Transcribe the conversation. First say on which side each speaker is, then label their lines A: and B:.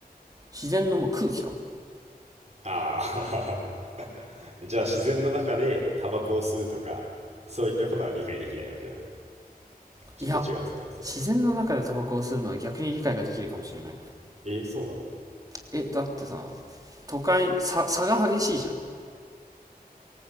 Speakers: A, on the right; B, on the right.
A: 自然のもう空気かも
B: ああ <laughs> じゃあ自然の中でタバコを吸うとかそういったことは理解できないわけだちょっと違うかなそれは
A: いや自然の中でタバコを吸うのは逆に理解ができるかもしれない
B: えー、そうなの
A: えだってさ都会さ差が激しいじゃん